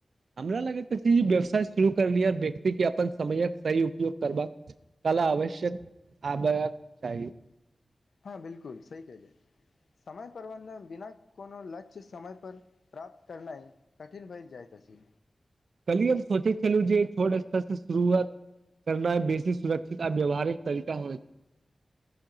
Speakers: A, on the right; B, on the left.
A: हमरा लगैत छै व्यवसाय शुरू करल व्यक्तिके अपन समयक सही उपयोग करबाका कला आवश्यक आबै चाही
B: हँ बिलकुल सही कले समय प्रबन्धन बिना कोनो लक्ष्य समय पर प्राप्त करनाइ कठिन भेलए जाइत अछि।
A: कल्हि हम सोचैत छलहुँ जे छोट शुरुआत करना बेसी सुरक्षित आ व्यावहारिक तरीका हो